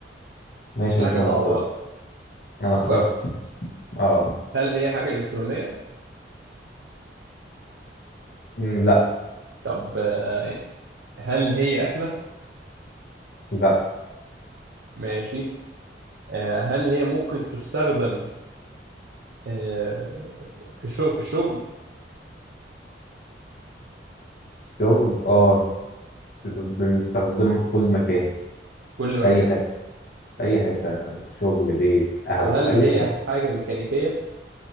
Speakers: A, on the left; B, on the right.
A: ماشي
B: دي
A: يا باشا
B: حاجه صعبه
A: انا اخترت
B: بقى
A: انا اخترت
B: فكرت
A: اه
B: هل هي حاجه الكترونيه
A: مم، لا
B: طب آه، هل هي اكله
A: لا
B: ماشي آه، هل هي ممكن تستخدم آه، في الشغل في الشغل في
A: شغل اه بنستخدمه في كل مكان
B: كل مكان
A: في اي حته في اي حته شغل بيت قهوه
B: طب هل
A: اي
B: هي
A: حاجه
B: حاجه ميكانيكيه